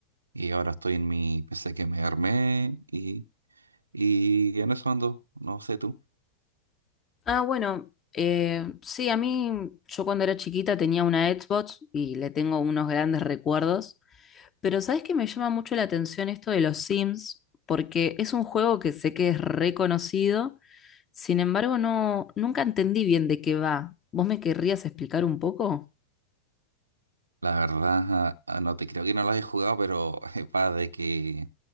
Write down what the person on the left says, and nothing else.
Ah, bueno, eh, sí, a mí, yo cuando era chiquita tenía una Xbox y le tengo unos grandes recuerdos. Pero ¿sabés que me llama mucho la atención esto de los Sims? Porque es un juego que sé que es reconocido, sin embargo, no, nunca entendí bien de qué va. ¿Vos me querrías explicar un poco?